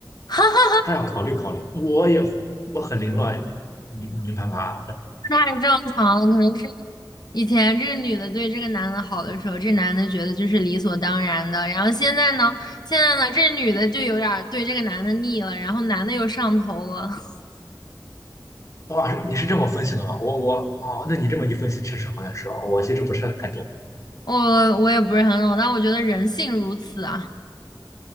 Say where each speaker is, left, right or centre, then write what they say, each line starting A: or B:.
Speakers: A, on the left; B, on the left.
A: <laughs> 哈。
B: 他要考虑考虑。我也我很凌乱，你明白吧？
A: 太正常了，可能是以前这个女的对这个男的好的时候，这男的觉得就是理所当然的，然后现在呢，现在呢，这女的就有点儿对这个男的腻了，然后男的又上头了。<laughs>
B: 哇，你是这么分析的吗？我我哦，那你这么一分析，确实好像是哦。我其实不是太懂。
A: 我我也不是很懂，但我觉得人性如此啊。